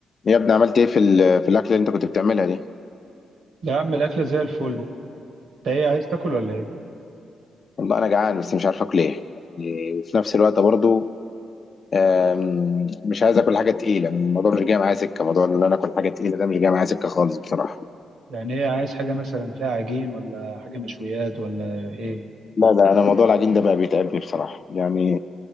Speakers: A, on the left; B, on the right.
A: يا ابني عملت ايه في ال- في الاكل اللي انت كنت بتعملها دي
B: يا عم الأكلة زي الفل انت ايه عايز تاكل ولا ايه
A: والله انا جعان بس مش عارف اكل ايه يعني وفي نفس الوقت برضو آم، مش عايز اكل حاجه تقيله الموضوع مش جاي معايا سكه موضوع ان انا اكل حاجه تقيله ده مش جاي معايا سكه خالص بصراحه
B: يعني ايه عايز حاجة مثلا فيها عجين ولا حاجة مشويات ولا ايه
A: لا لا انا موضوع العجين ده بقى بيتعبني بصراحه يعني